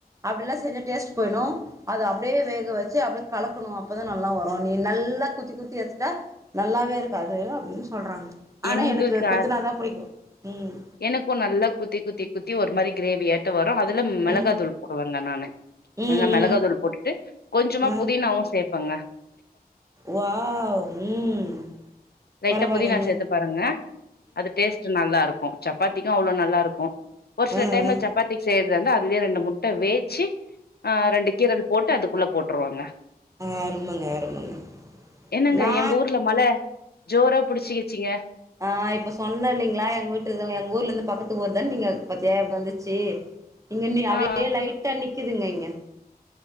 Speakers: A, on the right (about 20°); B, on the left (about 80°).
A: அப்டில்லா செஞ்சா டேஸ்ட்டு போயினு அது அப்டியே வேக வச்சு அப்டியே கலக்கணு அப்பதா நல்லா வரு நீ நல்லா குத்திக் குத்தி எடுத்துட்டா நல்லாவே இருக்காது அப்படின்னு சொல்றாங்க ஆனா
B: எங்களுக்கு
A: எனக்கு கொத்துனாதா
B: அ
A: புடிக்கு ம்
B: எனக்கு நல்லா குத்தி குத்தி குத்தி ஒரு மாரி கிரேவியாட்டோ வரு அதுல மெளகா
A: ம்
B: தூள் போடுவங்க நானு
A: ம்
B: கொஞ்சோ மெளகா
A: ம்
B: தூள் போட்டுட்டு கொஞ்சமா
A: ஆ
B: புதினாவு சேப்பங்க
A: வாவ் ம்
B: லைட்டா
A: பரவாலைங்க
B: புதினா சேத்து பாருங்க அது டேஸ்ட் நல்லா இருக்கு சப்பாத்திக்கு அவ்ளோ நல்லா இருக்கு ஒரு சில
A: ஆ
B: டைம்ல
A: ஆ
B: சப்பாத்திக்கி செய்றது இது வந்து அதுலயே ரெண்டு முட்ட வேச்சி ஆ ரெண்டு கீரல் போட்டு அதுக்குள்ள போட்டுருவங்க
A: ஆ அருமங்க அருமங்க
B: என்னங்க
A: நா
B: எங்க ஊர்ல மழ ஜோரா புடிச்சிகிச்சிங்க
A: ஆ இப்ப சொன்ன இல்லைங்ளா எங்க வூட்டு எங்க ஊர்லந்து பக்கத்து ஊர் தான் நீங்க பாத்தியா இப்ப வந்துச்சி இங்கன்னு யாருடையே
B: ஆ ஆ
A: லைட்டா நிக்கிதுங்க இங்க